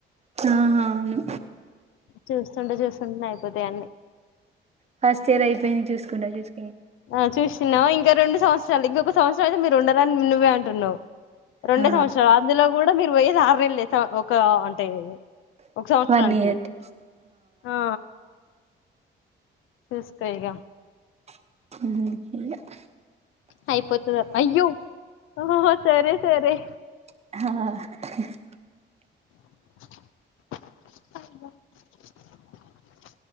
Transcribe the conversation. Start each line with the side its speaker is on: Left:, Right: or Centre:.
Right: ఆహా అవును
Left: చూస్తుంటే చూస్తుంటే అయిపోతాయి అన్ని
Right: ఫస్ట్ ఇయర్ అయిపోయింది చూసుకుంటాచూసుకుంటా
Left: ఆ చూస్తున్నావు ఇంకా రెండు సంవత్సరాలు ఇంకొ సంవత్సరం అయితే మీరు ఉండరని నువ్వే అంటున్నావు రెండే
Right: ఆ
Left: సంవత్సరాలు అందులో కూడా మీరు పోయేది ఆరు నెల్లే ఒక అంటే ఒక సంవత్సరానికి
Right: వన్ ఇయర్ కి
Left: ఆ చుసుకో ఇగ
Right: ఉహు <unintelligible>
Left: అయిపోతదా అయ్యో హ సరే సరే
Right: <inaudible>
Left: అ <inaudible>